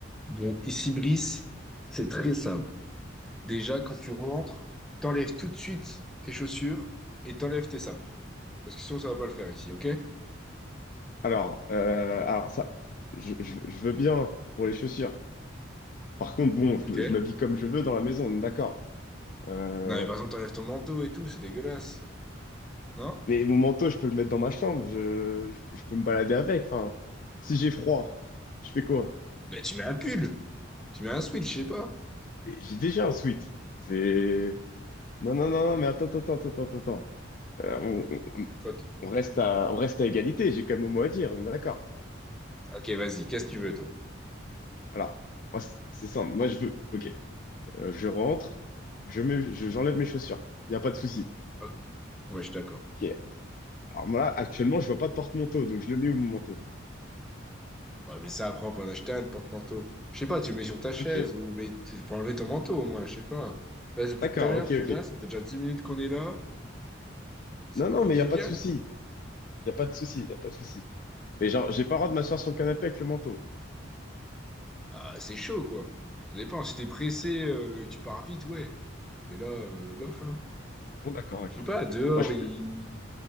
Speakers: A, in the centre; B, on the left (about 40°).
A: Bon, ici, Brice, c'est très simple. Déjà, quand tu rentres, t'enlèves tout de suite tes chaussures et t'enlèves tes sapes. Parce que sinon, ça va pas le faire ici, ok?
B: Alors, euh, alors ça, je, je- je veux bien pour les chaussures. Par contre, bon, je,
A: Ok?
B: me- je m'habille comme je veux dans la maison, on est d'accord. Euh,
A: Non, mais par exemple, t'enlèves ton manteau et tout, c'est dégueulasse. Non?
B: mais mon manteau, je peux le mettre dans ma chambre, je, je, je peux me balader avec. Enfin, si j'ai froid, je fais quoi?
A: Ben, tu mets un pull. Tu mets un switch, je sais pas.
B: Mais J'ai déjà un sweat. C'est... Non, non, non, non, mais attends, attends, attends, attends, attends. Euh, on, on-
A: Toi, t-
B: on reste à, on reste à égalité, j'ai quand même mon mot à dire, on est d'accord.
A: ok, vas-y, qu'est-ce que tu veux, toi?
B: Alors, moi, c'est c'est simple, moi je veux. Ok, Euh, je rentre, je mets, je- j'enlève mes chaussures, il n'y a pas de souci.
A: Ok. Ouais, je suis d'accord.
B: Ok. Alors moi, là, actuellement, je vois pas de porte-manteau, donc je le mets au manteau.
A: Ouais, mais ça, après, on peut en acheter un de porte-manteau. Je sais pas, tu le mets sur ta chaise
B: Ok,
A: ou mais tu peux enlever ton manteau au moins, je sais pas. Là, depuis
B: d'accord,
A: tout à l'heure,
B: ok,
A: tu
B: ok.
A: l'as, ça fait déjà 10 minutes qu'on est là. C'est
B: Non,
A: pas
B: non,
A: convivial.
B: mais il n'y a pas de souci. Il n'y a pas de souci, il n'y a pas de souci. Mais genre, j'ai pas le droit de m'asseoir sur le canapé avec le manteau.
A: Ah, c'est chaud, quoi. Ça dépend. Si t'es pressé, euh, tu pars vite, ouais. Mais là, euh, bof, hein.
B: Bon, d'accord, d'accord.
A: Je sais pas, dehors,
B: Moi, je,
A: il,